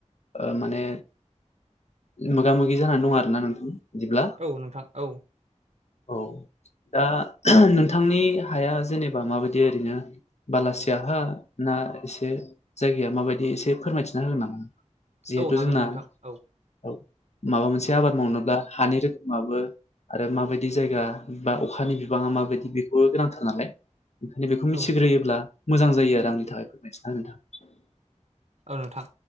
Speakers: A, on the left; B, on the right.
A: ओ माने मोगा मोगि जानान दं आरोना नोंथां। बिदिब्ला
B: औ नोंथां औ। <inaudible>
A: औ दा नोंथांनि हाया जेनेबा माबायदि ओरैनो। बालासिया हा ना एसे जायगाया माबायदि एसे फोरमायथिना होगोन नामा। जिहेतु
B: औ हागोन
A: जोंना
B: नोंथां औ
A: औ। माबा मोनसे आबाद मावनोब्ला हानि रोखोमाबो आरो माबायद दि जायगा बा अखानि बिबांङा माबायदि बेखौ गोनांथार नालाय। बिदिनो बेखौ
B: औ
A: मिथिग्रोयोब्ला मोजां जायो आरो आंनि थाखाय फोरमाय थिनो नोंथां।
B: औ नोंथां